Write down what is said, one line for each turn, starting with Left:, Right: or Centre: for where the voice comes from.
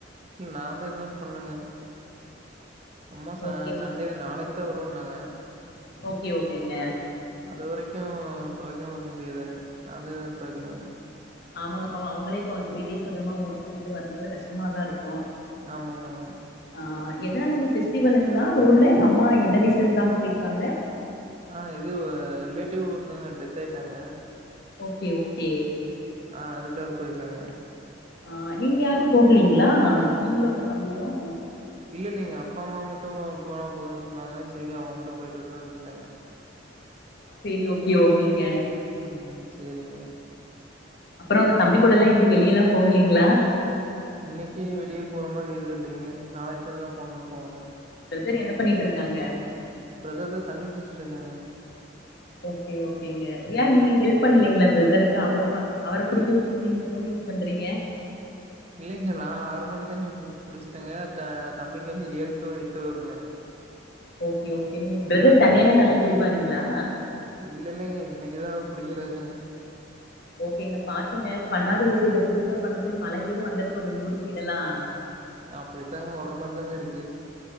Right: இல்ல நான் தான் ஏதோ ஒண்ணு பண்ணுங்க அம்மா ச
Left: ஓகே
Right: சண்டே
Left: ஓகே
Right: நாளைக்கு தான் வருவேன்னாங்க
Left: ஓகே ஓகேங்க
Right: அது வரைக்கும் துவைக்காம இருக்க முடியாதுங்க நான் தா துவைக்கணுங்க
Left: ஆமாங்கப்ப அவங்களே இப்ப த்ரீ டேஸ் அதுமா ஊருக்கு போய்ட்டு வரும்போது கஷ்டமாதான் இருக்கும்
Right: ஆமாமாங்க
Left: ஆஹ் எதனால எங்க ஸ்டிவலுங்களா ஊர்ல அம்மா என்ன ரீசென்னுகாக போயிருக்காங்க
Right: ஆஹ் இது ரிலேட்டிவ் ஒருத்தவங்க டெத் ஆயிட்டாங்க
Left: ஓகே ஓகே
Right: ஆஹ் அதுக்காக போயிருக்காங்க
Left: ஆஹ் நீங்க யாரும் போகலீங்களா நீங்களும் உங்க தம்பியும்
Right: இல்ல இல்லைங்க அப்பா அம்மா மட்டும் போனா போதுன்னு சொன்னாங்க சரி அவங்க மட்டும் போயிட்டு வட்டோனுவிட்டேங்க
Left: சரி ஓகே ஓகேங்க
Right: உம் செரிங்க
Left: அப்புறம் உங்க தம்பி கூடல்லாம் எங்கேயும் வெளிய எல்லாம் போகலீங்களா
Right: இனைக்கு வெளியே போற மாதிரி எது இல்லைங்க நாளைக்கு இது தான் <unintelligible>
Left: சரி என்ன பண்ணிட்டு இருக்காங்க
Right: பிரதர் தான் தண்ணி புடிச்சிட்டு இருக்காங்க
Left: ஓகே ஓகேங்க நீங்க
Right: ம்.
Left: ஹெல்ப் பண்ணலீங்களா பிரதருக்கு அவரு பா அவர புடிக்க விட்டுட்டுட்டு நீங்க போன் யூஸ் பண்றீங்க
Right: இல்லைங்க நான் ஆறு மணிக்கு தண்ணி புடிச்சட்டேங்க தம்பிக்கு வந்து ஏழு டு எட்டு வருங்க
Left: ஓகே ஓகே பிரதர்
Right: ஆ
Left: தண்ணிய எல்லாம் நல்லா குடிப்பாருங்ளா
Right: இல்ல இல்லைங்க இன்னைக்குதான் புடிக்கிறாருங்க
Left: ஓகேங்க பாத்துங்க பண்ணாத விசயத்த புதுசா பண்ண போய் மழ கீதும் வந்துற போது உங்க ஊர்ரு சைடுஎல்லாம்
Right: அப்படித்தாங்க வர மாதிரிதாங்க இருக்கு